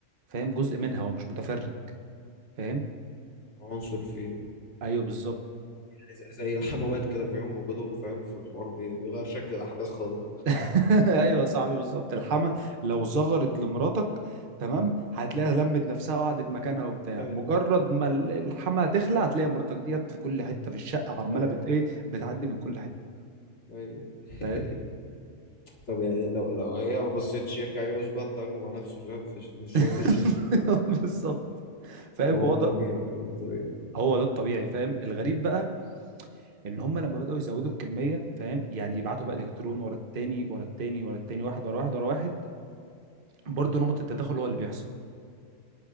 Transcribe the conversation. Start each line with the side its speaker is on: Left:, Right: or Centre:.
Right: فاهم جزء منها هو مش متفرج فاهم
Left: عنصر فيه
Right: أيوه بالظبط
Left: زي زي الحموات كده فاهم وجودهم فاهم في الحوار بي- بيغير شكل الأحداث خالص
Right: <laughs> أيوه يا صاحبي بالظبط الحما لو زغرت لمراتك تمام هتلاقيها لمت نفسها وقعدت مكانها وبتاع
Left: أيوه
Right: مجرد ما ال- الحما تخلع هتلاقي مراتك ديت في كل حتة في الشقة عمالة
Left: أيوه
Right: بت إيه بتعدي من كل حتة
Left: أيوه <laughs>
Right: فاهم
Left: طب يعني لو لو هي ما بصيتش يرجع يرقص بقى التانجو مع نفسه فاهم في في الش-
Right: <laughs>
Left: في الشكون
Right: بالظبط فاهم
Left: وهو
Right: هو ده
Left: طبيعي فاهم؟ هو طبيعي
Right: هو ده الطبيعي فاهم الغريب بقى ان هم لما بداوا يزودوا الكميه فاهم يعني يبعتوا بقى الكترون ورا التاني ورا التاني ورا التاني واحد ورا واحد ورا واحد برضه نمط التداخل هو اللي بيحصل